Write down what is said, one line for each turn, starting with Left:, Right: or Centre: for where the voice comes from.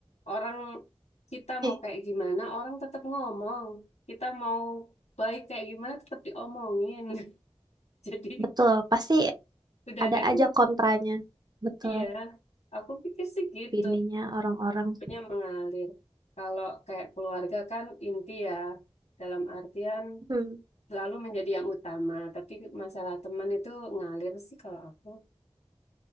Left: Orang kita
Right: Eh,
Left: mau kayak gimana, orang tetap ngomong. Kita mau baik kayak gimana tetap diomongin. <laughs> Jadi
Right: betul pasti
Left: udah
Right: ada
Left: deh,
Right: aja kontranya betul
Left: iya. Aku pikir sih gitu,
Right: opininya orang-orang.
Left: punya mengalir. Kalau kayak keluarga kan inti ya, dalam artian
Right: Hmm.
Left: selalu menjadi yang utama. Tapi masalah teman itu ngalir sih kalau aku